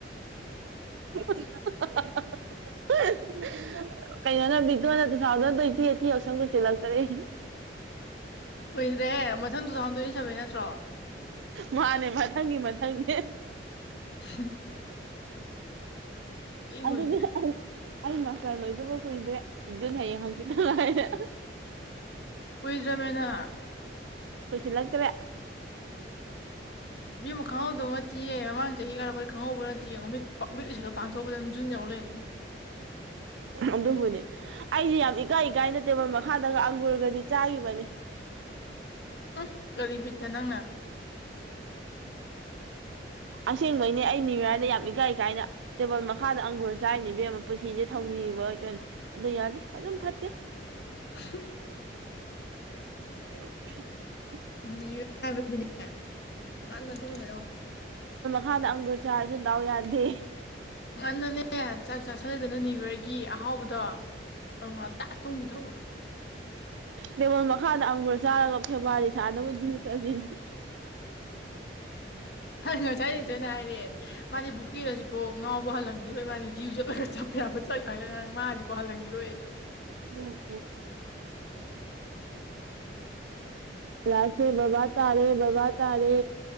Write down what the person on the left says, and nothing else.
ꯀꯨꯏꯗ꯭ꯔꯦꯍꯦ ꯃꯊꯪ ꯇꯨ ꯊꯥꯎꯖꯟ ꯇꯣꯏꯟ ꯁꯕꯦ ꯅꯠꯇ꯭ꯔꯣ
ꯍꯝ
ꯀꯨꯏꯗ꯭ꯔꯦ
ꯀꯨꯏꯗ꯭ꯔꯃꯦꯅꯥ
ꯃꯤ ꯑꯃ ꯈꯪꯍꯧꯗꯧ ꯅꯠꯇꯦꯌꯦ ꯃꯃꯥꯡ ꯆꯍꯤ ꯀꯥꯔ ꯑꯩꯈꯣꯏ ꯈꯪꯍꯧꯕ ꯅꯠꯇꯦꯌꯦ ꯃꯃꯤꯠ ꯄꯠꯗꯣ ꯄꯥꯡꯊꯣꯛꯄꯗ ꯑꯗꯨꯝ ꯖꯨꯟ ꯌꯥꯎ ꯂꯩꯕꯃꯤꯅꯤ
<inaudible> ꯎ ꯀꯔꯤ ꯄꯇ ꯅꯪꯅ
<unintelligible>
ꯅꯅꯤꯌꯨ ꯌꯔ ꯍꯥꯏꯕꯁꯤꯗꯤ ꯉꯥꯟꯅ ꯑꯗꯨꯝꯉꯔꯧ
ꯉꯟꯅꯅꯦ ꯆꯥꯛ ꯆꯥꯥꯁꯂꯗꯅ ꯅꯤꯕꯔꯒꯤ ꯑꯍꯥꯎꯕꯗꯣ ꯑꯗꯨ ꯉꯟꯇꯥ ꯇꯨꯝꯒꯦ ꯇꯧꯕ
ꯉꯁꯥꯏꯅꯦ ꯁꯣꯏꯅ ꯍꯥꯏꯔꯑꯦ ꯃꯥꯗꯤ ꯕꯨꯛꯀꯤꯔꯁꯤꯕꯣ ꯉꯥꯎꯕ ꯄꯣꯍꯜꯍꯟꯈꯤꯔꯣꯏ ꯃꯥꯗꯤ ꯭ꯌꯨ ꯆꯠꯂꯒ ꯆꯠꯄ ꯌꯥ ꯑꯃ ꯆꯠꯈ꯭ꯔꯒ ꯃꯥꯁꯦ ꯄꯣꯍꯜꯍꯟꯈꯤꯔꯣꯏ